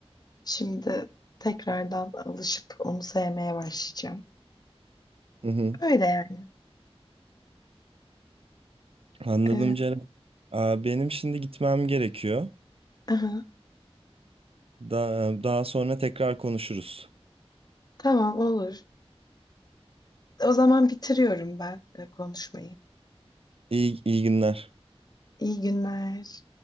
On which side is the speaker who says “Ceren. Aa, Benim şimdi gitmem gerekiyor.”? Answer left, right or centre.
Right